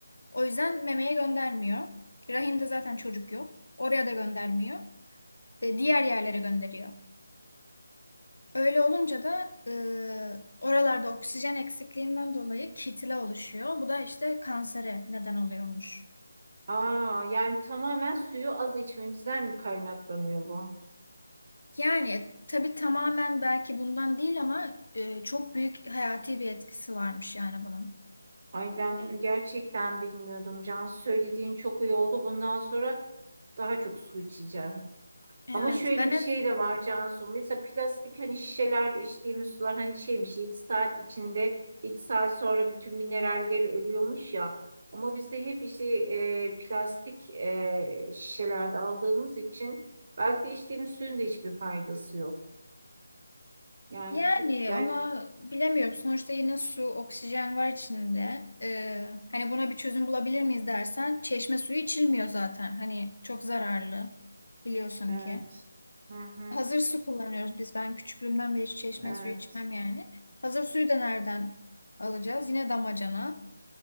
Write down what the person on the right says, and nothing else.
Aa, yani tamamen suyu az içmemizden mi kaynaklanıyor bu?
Ay ben bunu gerçekten bilmiyordum. Can söylediğin çok iyi oldu. Bundan sonra daha çok su içeceğim.
Ama şöyle
bir
şey de var Cansu. Mesela plastik hani şişelerde içtiğimiz sular hani şeymiş 7 saat içinde 7 saat sonra bütün mineralleri ölüyormuş ya. Ama biz de hep işte e, plastik e, şişelerde aldığımız için belki de içtiğimiz suyun da hiçbir faydası yok. Yani
çok ger
evet.
Hı hı.
Evet.